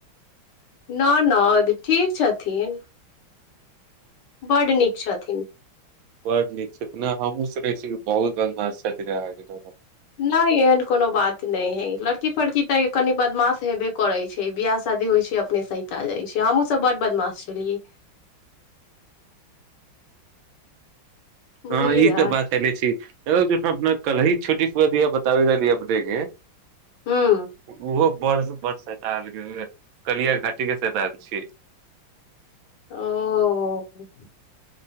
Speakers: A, on the left (about 65°); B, on the right (about 75°).
A: न न ठीक छथिन बड्ड नीक छथिन
B: बड्ड नीक छै हमहूँ सुनै छी बहुत बदमास छथिन आहाँ के ननद
A: नहि एहन कोनो बात नहि है लड़की फड़की तऽ कनि बदमाश हेबे करैत छै बिियाह शादी होइत छै अपने सत आ जाइत छै हमहहुँसभ बड बदमाश छलियै बुझलियै
B: हँ ई तऽ बात एनेे छी ज अपना कल ही छोटी ििया बताबी ने लीअ देखे
A: हुँ
B: ओहो बड़ बड़ सता आल कलिया घाटी के सता आयल छी
A: ओ